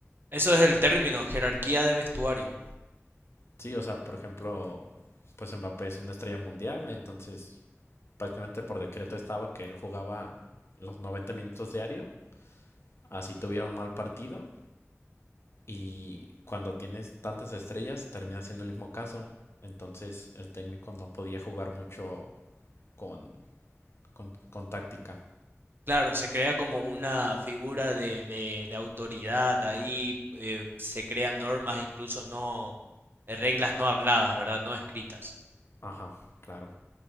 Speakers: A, on the right; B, on the left.
A: Eso es el término, jerarquía de vestuario.
B: Sí, o sea, por ejemplo, pues Mbappé es una estrella mundial, entonces prácticamente por decreto estaba que él jugaba los 90 minutos diario así tuvieron mal partido y cuando tienes tantas estrellas termina siendo el mismo caso. Entonces el técnico no podía jugar mucho con, con, con táctica.
A: Claro, se crea como una figura de, de, de autoridad ahí, eh, se crean normas incluso no, eh, reglas no habladas, ¿verdad? No escritas.
B: Ajá, claro.